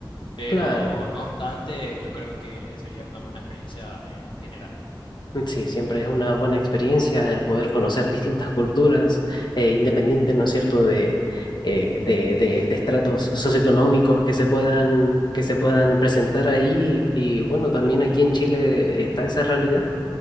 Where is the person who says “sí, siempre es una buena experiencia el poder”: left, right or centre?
Left